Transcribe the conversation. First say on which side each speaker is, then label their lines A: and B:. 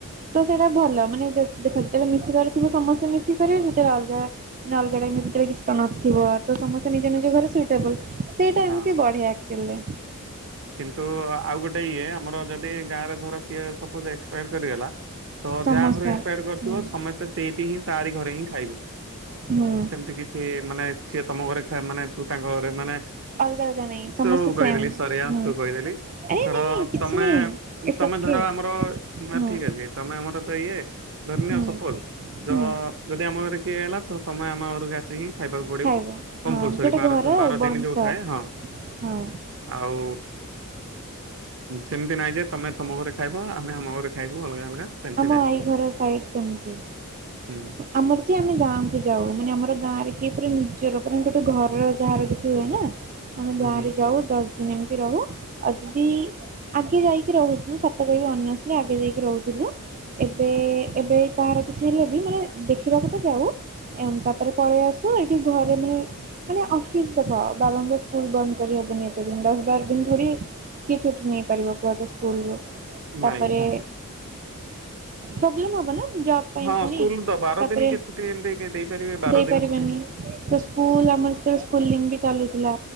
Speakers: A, on the right; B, on the right.
A: ତ ସେଇଟା ଭଲ ମାନେ ଦେଖ ଯେତେବେଳେ ମିଶିବାର ଥିବ ସମସ୍ତେ ମିଶିକ କରିବେ ଯେତେବେଳେ ଅଲଗା ମାନେ ଅଲଗାଟ ଏମିତି କେବେ କିଛି ତ ନଥିବ ତ ସମସ୍ତେ ନିଜ ନିଜ ଘରେ ସୁଇଟେବଲ୍ ସେଇଟା
B: ହଁ।
A: ଏମତି ବଢିଆ ଆକ୍ଚୁଲି।
B: କିନ୍ତୁ ଆଉ ଗୋଟେ ଇଏ ଆମର ଯଦି ଗାଁ ରେ ଧର କିଏ ସପୋଜ୍ ଏକ୍ସପାର୍ କରିଗଲା ତ
A: ସମସ୍ତଙ୍କର
B: ଯାହା ଘରୁ ଏକ୍ସପାୟାର୍ କରିଥିବ
A: ହୁଁ
B: ସମସ୍ତେ ସେଇଠି ହିଁ ତାରି ଘରେ ହିଁ ଖାଇବେ।
A: ହୁଁ
B: ସେମ୍ତି କିଛି ମାନେ ସିଏ ତମ ଘରେ ଥା ମାନେ ତୁ ତାଙ୍କ ଘରେ ମାନେ
A: ଅଲଗା ଅଲଗା ନାଇଁ ସମସ୍ତେ
B: ତ ଉଗାଇ
A: ସେମ୍
B: ଦେଲେ ସାରିଆ
A: ହୁଁ
B: କହିଦେଲି
A: ଆରେ
B: ଧର
A: ନାଇଁ ନାଇଁ କିଛି
B: ତମେ
A: ନାଇଁ ଇଟ୍ସ
B: ତମେ
A: ଓକେ
B: ଧର ଆମର
A: ହୁଁ
B: ଠିକ୍ ଅଛି ତମେ ଆମର ତ କିଏ ଧରିନିଅ
A: ହୁଁ
B: ସପୋଜ୍ ଯ
A: ହୁଁ
B: ଯଦି ଆମ ଘରେ କିଏ ହେଲା ତ ତମେ ଆମ ଘରକୁ ଆସିକି ଖାଇବାକୁ ପଡିବ
A: ଖାଇବ
B: କମ୍ପଲ୍ସରି
A: ହଁ ଗୋଟେ
B: ବା
A: ଘର
B: ବାର
A: ଆଉ ବଂଶ
B: ଦିନ ଯୋଉ ଥାଏ ହଁ।
A: ହଁ
B: ଆଉ ସେମିତି ନାଇଁ ଯେ ତମେ ତମ ଘରେ ଖାଇବ ଆମେ ଆମ ଘରେ ଖାଇବୁ ଅଲଗା ଅଲଗା। ସେମିତି
A: ଆମ
B: ନାଇଁ।
A: ଆଈ ଘର ସାଇଡ୍ ସେମ୍ତି।
B: ହୁଁ
A: ଆମର ଯେ ଆମେ ଗାଁକୁ ଯାଉ ମାନେ ଆମର ଗାଁରେ କିଏ ପୁରା ନିଜର ପୁରା ଗୋଟେ ଘରର ଯାହାର କିଛି ହୁଏ ନା ଆମେ
B: ହୁଁ
A: ଗାଁ
B: ହୁଁ
A: ରେ ଯାଉ ଦଶ୍ ସେମ୍ ଏମତି ରହୁ ଆଉ ଯଦି ଆଗେ ଯାଇକି ରହୁଥିଲୁ ସତ କହିବି ଅନେସ୍ଲି ଆଗେ ଯାଇକି ରହୁଥୁଲୁ। ଏବେ ଏବେ କାହାର କିଛି ହେଲେ ବି ମାନେ ଦେଖିବାକୁ ତ ଯାଉ ଏମ୍ ତାପରେ ପଳେଇବା ଆ ଶୁଣ୍ ଏଠି ଘରେ ନୁହେଁ ମାନେ ଅଫିସ୍ ଦେଖ ବାବାଙ୍କ ସ୍କୁଲ୍ ବନ୍ଦ୍ କରିହବନି ଏତେ ଦିନ ଦଶ୍ ବାର୍ ଦିନ୍ ଧରି କି ଛୁଟି ନେଇ ପାରିବା କୁହତ ସ୍କୁଲ ରୁ
B: ନାଇଁ
A: ତାପରେ ପ୍ରବ୍ଲେମ ହବ ନା ଜବ୍ ପାଇଁ
B: ହଁ
A: ପୁଣି
B: ସ୍କୁଲ ତ ବାର
A: ତାପରେ
B: ଦିନ କି ଛୁଟି ଏମିତି ଦେଇପାରିବେ ବାର
A: ଦେଇପାରିବେନି
B: ଦିନ ଛୁଟି
A: ତ ସ୍କୁଲା ଆମର ସେତେବେଳେ ସ୍କୁଲିଂ ବି ଚାଲୁଥିଲା।